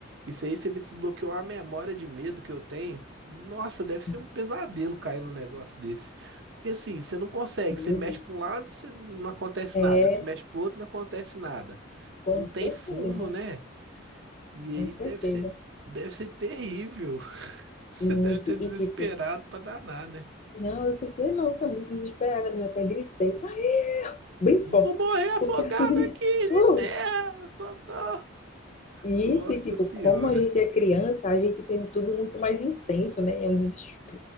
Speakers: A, on the right; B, on the left.
A: Isso aí você me desbloqueou uma memória de medo que eu tenho. Nossa,
B: Sim,
A: deve ser um pesadelo cair num negócio desse. Porque assim, você não consegue,
B: meu
A: você mexe
B: Deus.
A: para um lado, você não acontece
B: É,
A: nada, você mexe pro outro, não acontece nada.
B: com
A: Não
B: certeza,
A: tem fundo, né? E aí
B: com certeza.
A: deve ser, deve ser terrível. <laughs> Você
B: Muito.
A: deve ter desesperado
B: E tipo,
A: pra danar, né?
B: não, eu fiquei louca, muito desesperada, eu até gritei, pai, bem
A: Vou
B: forte.
A: morrer afogado
B: Porque assim,
A: aqui
B: <laughs>
A: de
B: foi.
A: terra, socorro.
B: Isso,
A: Nossa
B: e tipo,
A: senhora.
B: como a gente é criança, a gente sente tudo muito mais intenso, né? É um desespero.